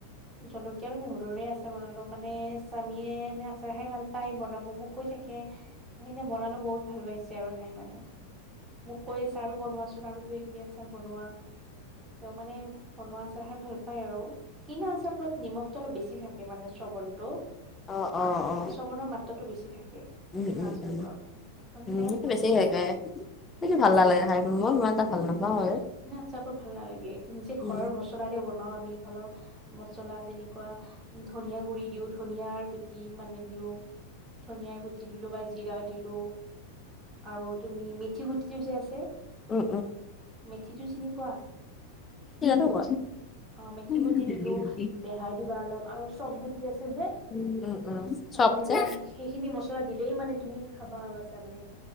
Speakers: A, on the right; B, on the left.
A: জলকীয়া আৰু নহৰুৰে আছাৰ বনালো। মানে, স্বামীয়ে নে আচাৰ খাই ভাল পায়। বনাব মোক কৈ থাকে। সেইদিনা বনালো বহুত ভাল পাইছে আৰু খাই মানে। মোক কৈ আছে আৰু বনোৱাচোন। আৰু কিবা কিবি আচাৰ বনোৱা। ত' মানে বনোৱা আচাৰ খাই ভাল পায় আৰু। কিনা আচাৰবোৰত নিমখটো অলপ বেছি থাকে মানে। টো
B: অ অ অ
A: শ্ৰৱণৰ মাত্ৰাটো বেছি থাকে।
B: উম
A: কিনা
B: উম
A: আচাৰবোৰত,
B: উম
A: মানে
B: উম
A: সেইকাৰণে
B: সেইটো
A: মোৰ
B: বেছি
A: ভাল
B: হেৰি
A: নালাগে।
B: কৰে সেইটো ভাল
A: উম
B: নালাগে খাই। মই ইমান এটা ভাল নাপাওঁ আৰু।
A: কিনা আচাৰবোৰ ভাল নালাগে, এইটো নিজে ঘৰৰ
B: উম
A: মছলাদে বনাও আমি ঘৰৰ, মছলা যেনেকুৱা। ধনিয়া গুড়ি দিওঁ। ধনিয়াৰ গুটি মানে দিওঁ। ধনিয়াৰ গুটি দিলো বা জিৰা দিলো। আৰু তুমি মেথ মেথি গুটিটো যে আছে।
B: উম
A: মেথিটো চিনি পোৱা?
B: হ'ব।
A: অহ' মেথি
B: উম
A: গুটি দিলোঁ। বেহাৰ দিবা অলপ আৰু চব গুটি আছে যে। অ'
B: উম চপ
A: সেনেকুৱা
B: যে
A: সেইখিনি মছলা দিলেই মানে, তুমি খাবা আৰু আছাৰ মানে